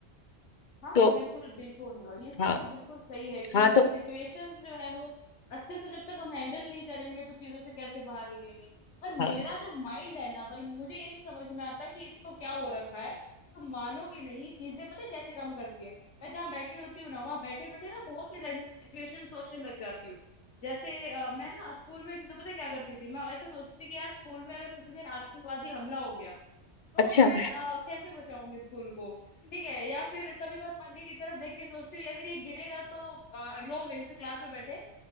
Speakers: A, on the left; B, on the left.
A: हाँ हाँ,
B: तो
A: बिल्कुल बिल्कुल ये चीज
B: हाँ
A: तो बिल्कुल सही है कि
B: हाँ तो
A: सिचुएशंस जो है वो अच्छे से जब तक हम हैंडल नहीं करेंगे तो चीजों से कैसे बाहर निकलेंगे पर मेरा
B: हाँ
A: जो माइंड है ना भाई मुझे ये नहीं समझ में आता कि इसको क्या हो रखा है तुम मानोगे नहीं चीजें पता है कैसे काम करती है मैं जहाँ बैठी होती हूँ ना वहां बैठे बैठे ना बहुत ही रैंडम सिचुएशन सोचने लग जाती हूँ जैसे अ, मैं ना स्कूल में चीजों पता है क्या करती थी मैं ऐसा सोचती थी कि यार स्कूल में अगर किसी दिन आतंकवादी हमला हो गया तो
B: अच्छा
A: मैं अ, कैसे बचाऊंगी स्कूल को ठीक है या फिर कभी कभार पंखे की तरफ देख के सोचती हूँ अगर ये गिरेगा तो अ, रो में जैसे क्लास में बैठे